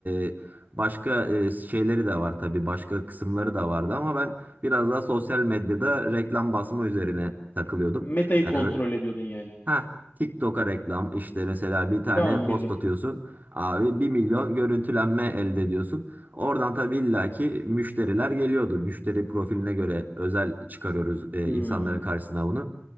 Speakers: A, on the right; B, on the left.
A: E, başka e, şeyleri de var tabii. Başka kısımları da vardı ama ben biraz daha sosyal medyada reklam basma üzerine takılıyordum.
B: Meta'yı
A: Hani
B: kontrol
A: böyle
B: ediyordun yani.
A: Ha, TikTok'a reklam işte mesela bir tane
B: Tamam
A: post
B: bildim.
A: atıyorsun abi bir milyon görüntülenme elde ediyorsun. Oradan tabii illaki müşteriler geliyordu. Müşteri profiline göre özel çıkarıyoruz e,
B: Hmm.
A: insanların karşısına bunu.